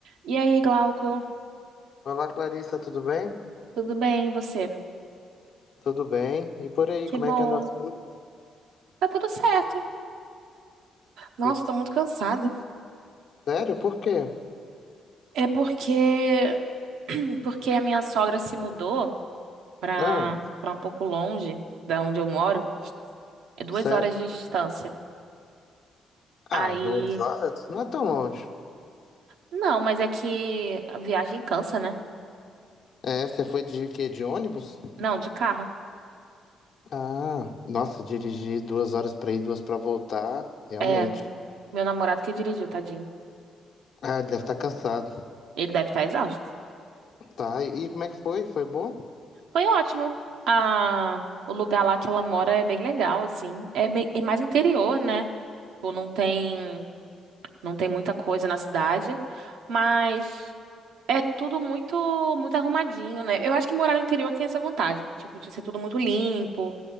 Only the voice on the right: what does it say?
E aí, Glauco?
Tudo bem, e você?
Que
bom.
Tá tudo certo. Nossa,
tô muito cansada.
É porque <clears throat> porque a minha sogra se mudou pra,
pra um pouco longe da onde eu moro. É duas
horas de distância.
Aí,
não, mas é que a viagem cansa, né?
Não, de carro.
É, meu namorado que dirigiu, tadinho.
Ele deve estar exausto.
Foi ótimo. Ah, o lugar lá que ela mora é bem legal, assim. É bem, é mais interior, né? Tipo, não tem. Não tem muita coisa na cidade, mas é tudo muito muito arrumadinho, né? Eu acho que morar no interior tem essa vantagem, tipo, de ser tudo muito limpo,